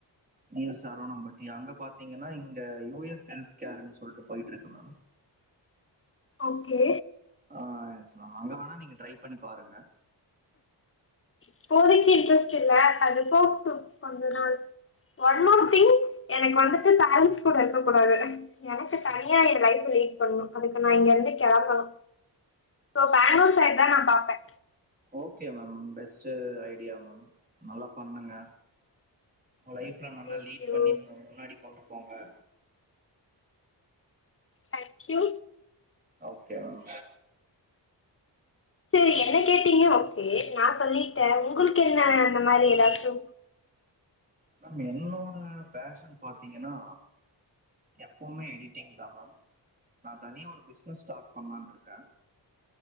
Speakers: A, on the right; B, on the left.
A: நீயர் சரவணம்பட்டி அங்க பாத்தீங்கன்னா ங்க யூ எஸ் ஹெல்த் கேர் சொல்லிட்டு போயிட்டு இருக்கு <inaudible>
B: ஓகே
A: ஆஹ் அங்க வேணா நீங்க ட்ரை பண்ணி பாருங்க
B: ப்போதைக்கு இன்ட்ரெஸ்ட் இல்ல அது போ கொஞ்சோ நாள் ஒன்மோர் திங் எனக்கு வந்துட்டு பேரன்ஸ் கூட இருக்கக் கூடாது எனக்கு தனியா என் லைஃபை லீட் பண்ணணு அதுக்கு நா இங்க இருந்து கிளம்பணு சோ பேங்களூர் சைட் தா நா பார்ப்பே
A: okay ma'am best idea ma'am நல்லா பண்ணுங்க லைஃப்ல நல்லா
B: தேங்க்யூ
A: லீட் பண்ணிங்க முன்னாடி கொண்டு போங்க
B: தேங்க்யூ
A: ஓகே மேம்
B: சரி என்ன கேட்டீங்க ஓகே நா சொல்லிட்ட உங்களுக்கு என்ன அந்த மாதிரி ஏதாச்சு
A: மம் என்னோட பேஷன் பாத்தீங்கன்னா எப்பவுமே எடிட்டிங் தா மம் நா தனியா ஒரு பிசினஸ் ஸ்டார்ட் பண்ணலான் இருக்க